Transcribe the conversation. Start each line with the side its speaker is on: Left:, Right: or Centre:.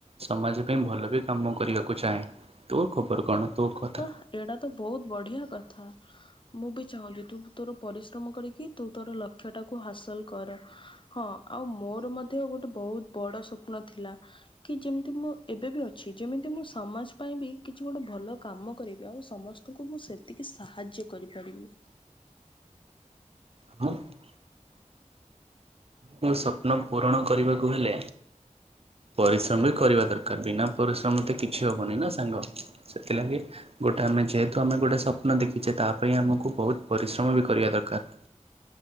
Right: ସମାଜ ପାଇଁ ଭଲ ବି କାମ କରିବାକୁ ଚାହେଁ ତୋ ଖବର କଣ? ତୋ କଥା
Left: ବା ଏଇଟା ତ ବହୁତ ବଢିଆ କଥା।
Right: ହ
Left: ମୁଁ ବି ଚାହୁଁଚି ତୁ ତୋର ପରିଶ୍ରମ କରିକି ତୁ ତୋର ଲକ୍ଷ୍ୟଟାକୁ ହାସଲ କର ହଁ। ଆଉ ମୋର ମଧ୍ୟ ଗୋଟେ ବହୁତ ବଡ଼ ସ୍ୱପ୍ନ ଥିଲା କି ଯେମିତି ମୁଁ ଏବେ ବି ଅଛି ଯେମିତି ମୁଁ ସମାଜ ପାଇଁ ବି କିଛି ଗୋଟେ ଭଲ କାମ କରିବି ଆଉ ସମସ୍ତଙ୍କୁ ମୁଁ ସେତିକି ସାହାଯ୍ୟ କରିପାରିବି।
Right: ହଁ ଆମର ମ ସ୍ୱପ୍ନ ପୂରଣ କରିବାକୁ ହେଲେ ପରିଶ୍ରମ ବି କରିବା ଦରକାର ବିନା ପରିଶ୍ରମ ତ କିଛି ହବନି ନା ସାଙ୍ଗ ସେଥିଲାଗି ଗୋଟେ ଆମେ ଯେହେତୁ ଆମେ ଗୋଟେ ସ୍ୱପ୍ନ ଦେଖିଛେ ତା ପାଇଁ ଆମକୁ ବହୁତ ପରିଶ୍ରମ ବି କରିବା ଦରକାର।